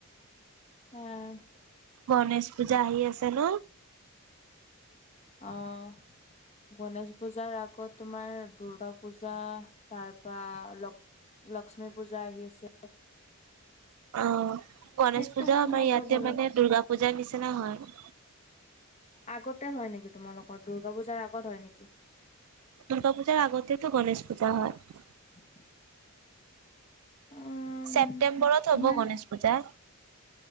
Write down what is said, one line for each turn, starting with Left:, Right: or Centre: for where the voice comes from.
Left: আহ
Right: গণেশ পূজা আহি আছে ন,?
Left: অ, গনেশ পূজাৰ আগত, তোমাৰ দূৰ্গা পূজা, তাৰপা ল লক্ষ্মী পূজা আহি আছে।
Right: অ, গনেশ
Left: সেইটো
Right: পূজা আমাৰ ইয়াতে
Left: বহুত ভাল
Right: মানে
Left: লাগে
Right: দুূৰ্গা পূজাৰ নিচিনা হয়।
Left: আগতে হয় নেকি, তোমালোকৰ দূৰ্গা পূজাৰ আগত হয় নেকি?
Right: দুূৰ্গা পূজাৰ আগতেটো গণেশ পূজা হয়।
Left: <inaudible> উম
Right: ছেপ্টেম্বৰত
Left: আমাৰ
Right: হ'ব, গণেশ পূজা।